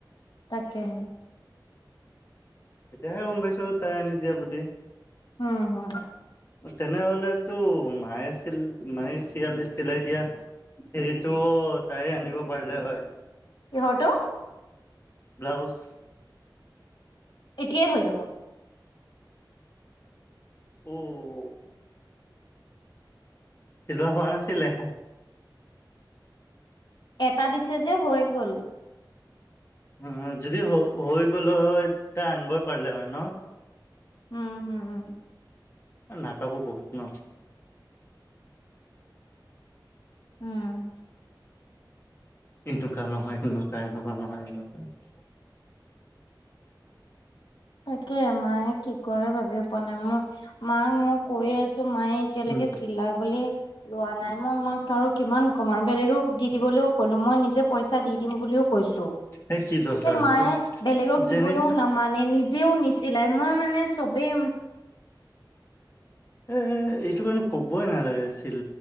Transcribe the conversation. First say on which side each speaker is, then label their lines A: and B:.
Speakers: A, on the left; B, on the left.
A: তাকেহে
B: তেতিয়াহে গম পাইছো তাই আনি দিয়া বুলি
A: উম হু
B: তেনেহলেতো মায়ে চিল মায়ে চিলাই দিয়া হেৰিটো তাইয়ে আনিব পাৰিলে হয়।
A: কিহঁত অ?
B: ব্লাউজ।
A: এতিয়াই হৈ যাব।
B: উম! চিলোৱা হোৱা নাছিলে?
A: এটা দিছে যে হৈ গ'ল।
B: উ, যদি হৈ গ'ল হয় তেতিয়া আনিবই পাৰিলে হয় ন?
A: উম, উম!
B: এ, নাটকো বহুত ন।
A: উম!
B: <unintelligible> এনেকুৱা নহয় এনেকুৱা।
A: তাকে মায়ে কি কৰে ভাবিয়ে পোৱা নাই! মোক মাক মই কৈয়ে আছো। টো মায়ে এতিয়ালেকে
B: উম
A: চিলাবলে লোৱা নাই মই মাক আৰু কিমান কম আৰু বেলেগক দি দিবলৈও ক'লো মই নিজে পইচা দি দিম বুলিও কৈছো,
B: এই কি দৰকাৰ
A: যে মায়ে
B: আছে
A: বেলেগক
B: যেনেকে
A: দিবলৈও নাম মানে নিজেও নিচিলাই! মই মানে চবেই
B: এ এইটো কাৰণে কবই নালাগে চিল